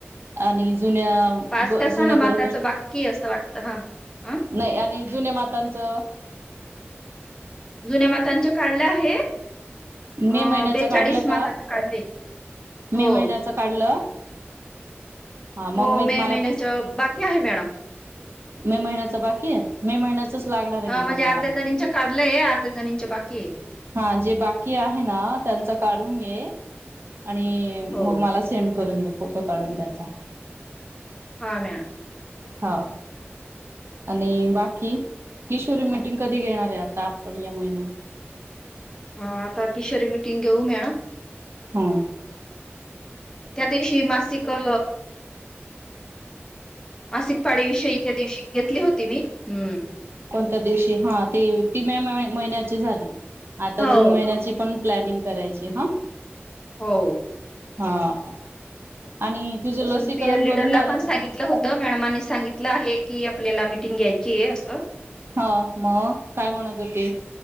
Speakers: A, on the right (about 65°); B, on the left (about 15°).
A: आणि जुन्या
B: पाच
A: ग
B: का सहा
A: जुन्या
B: माताचं
A: गरोदर
B: बाकी आहे असं वाटतं हा अ
A: नाय आणि जुन्या मातांचं
B: जुन्या मातांच काढलं आहे. अ
A: मे महिन्याच
B: बेचाळीस
A: काढलं का
B: माताचं काढले हो
A: मे महिन्याच काढलं हा मग
B: हो
A: मी
B: मे
A: मला
B: महिन्याच
A: तेच
B: बाकी आहे मॅडम
A: मे महिन्याच बाकी ये मे महिन्याचच लागणार आहे
B: हा
A: ना
B: म्हणजे
A: गं मला
B: अर्ध्या
A: मग
B: जणीच काढलंय अर्ध्या जणीनंच बाकी ये.
A: हा जे बाकी आहे ना त्यांच काढून घे आणि
B: हो.
A: मग मला सेंड करून दे. फोटो काढून त्याचा
B: हा मॅडा
A: हा आणि बाकी किशोरी मिटिंग कधी घेणार आहे आता आपण या महिन्यात
B: हा आता किशोरी मिटिंग घेऊ मॅडम
A: हूं
B: त्या दिवशी मासिक अ मासिक पाळी विषयी त्या दिवशी घेतली होती मी हम्म
A: कोणत्या दिवशी हा ते ती मे महिन्याची झाली. आता
B: हो.
A: जून महिन्याची पण प्लॅनिंग करायचीय हा
B: हो
A: हा आणि तुझं
B: तसं
A: लसीकरण
B: पियर
A: भरून
B: लीडरला
A: झालं
B: पण
A: का
B: सांगितलं होतं मॅडमानी सांगितलं आहे की आप पल्याला मिटिंग घ्यायची आहे असं
A: हा मग काय म्हणत होती.